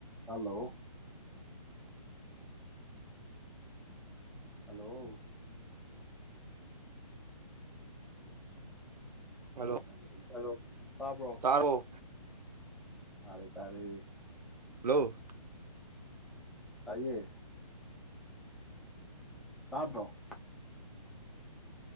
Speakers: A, in the centre; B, on the right.
A: hello hello
B: hello
A: ꯑ ꯑꯗꯨ ꯇꯥꯕ꯭ꯔꯣ
B: ꯇꯥꯔꯕꯣ
A: ꯇꯥꯔꯦ ꯇꯥꯔꯦ
B: ꯍꯜꯂꯣ
A: ꯇꯥꯏꯌꯦ ꯇꯥꯗ꯭ꯔꯣ